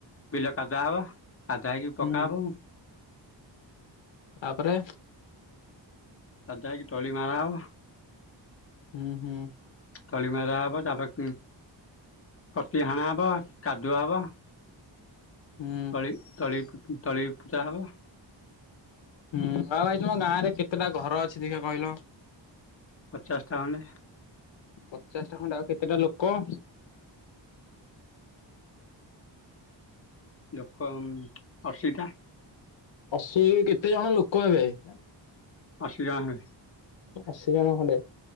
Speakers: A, on the left; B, on the left.
A: ବିଲ କାଦା ହବା କାଦା ହେଇକି
B: ହୁଁ
A: ପକା ହବ।
B: ତାପରେ
A: କାଦା ହେଇକି ତଳି ମାରା ହବ।
B: ହୁଁ ହୁଁ।
A: କାଲି ମଳା ହବ ତାପରେ କତି ହାଣା ହବ କାଦୁଆ ହବ।
B: ହୁଁ।
A: ତଳି ତଳି ତଳି ପୂଜା ହବ।
B: ହୁଁ <unintelligible> ଙ୍କ ନା ରେ କେତେଟା ଘର ଅଛି ଦେଖିବା କହିଲ?
A: ପଚାଶଟା ଖଣ୍ଡେ
B: ପଚାଶ ଟା ଖଣ୍ଡେ। ଆଉ କେତେଟା ଲୋକ?
A: ଲୋକ ଉଁ ଅଶିଟା।
B: ଅଶୀରେ କେତେ ଜଣ ଲୋକ ହେବେ? <inaudible>
A: ଅଶୀଜଣ ହେବେ।
B: ଅଶୀ ଜଣ ଖଣ୍ଡେ।